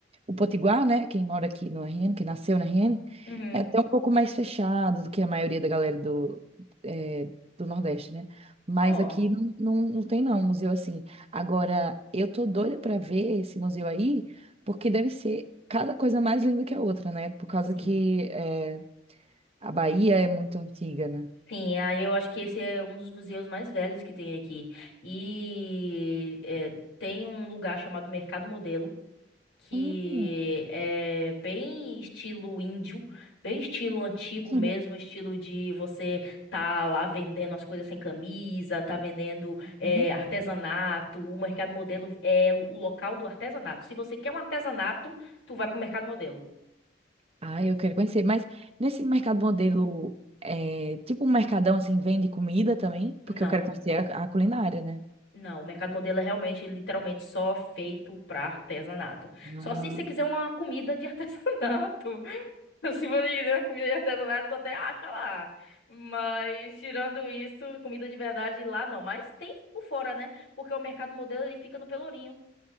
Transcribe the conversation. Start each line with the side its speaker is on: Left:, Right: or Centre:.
Right: o Potiguar, né? Quem mora aqui no RN, que nasceu na RN,
Left: Uhum.
Right: é até um pouco mais fechado do que a maioria da galera do, é, do Nordeste, né? Mas
Left: Ó,
Right: aqui não, não, não tem não, museu assim. Agora, eu tô doida pra ver esse museu aí, porque deve ser cada coisa mais linda que a outra, né? Por causa
Left: sim.
Right: que é, a Bahia é muito antiga, né?
Left: Sim, aí eu acho que esse é um dos museus mais velhos que tem aqui. E é, tem um lugar chamado Mercado Modelo, que
Right: Hum.
Left: é bem estilo índio, bem estilo antigo
Right: <laughs>
Left: mesmo, estilo de você tá lá vendendo as coisas sem camisa, tá vendendo é,
Right: Uhum.
Left: artesanato, o mercado modelo é o local do artesanato. Se você quer um artesanato, tu vai pro mercado modelo.
Right: Ah, eu quero conhecer. Mas nesse mercado modelo, é, tipo um mercadão assim, vende comida também? Porque
Left: Não,
Right: eu quero conhecer a, a culinária, né?
Left: não, o mercado modelo é realmente, literalmente só feito para artesanato. Só
Right: Ah,
Left: se você quiser uma comida de <laughs> artesanato. <laughs> Se você quiser comida de artesanato, tu até acha lá. Mas, tirando isso, comida de verdade lá não. Mas tem por fora, né? Porque o mercado modelo ele fica no Pelourinho.